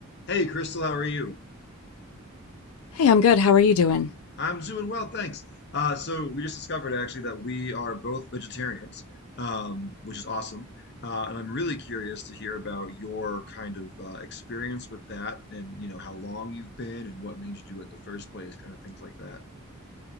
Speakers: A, on the left; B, on the left.
A: Hey, Crystal, how are you?
B: Hey, I'm good. How are you doing?
A: I'm doing well, thanks. Uh, so we just discovered actually that we are both vegetarians, um, which is awesome. Uh, and I'm really curious to hear about your kind of uh, experience with that, and you know how long you've been, and what made you do it in the first place, kind of things like that.